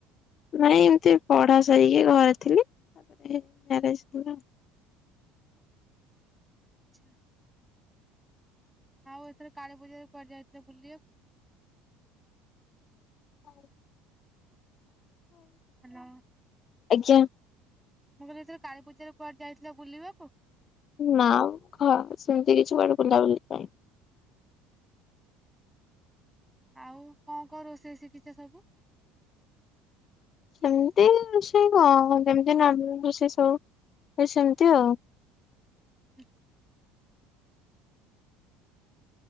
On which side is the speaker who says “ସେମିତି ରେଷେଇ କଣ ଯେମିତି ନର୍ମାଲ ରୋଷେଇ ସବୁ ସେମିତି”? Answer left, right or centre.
Left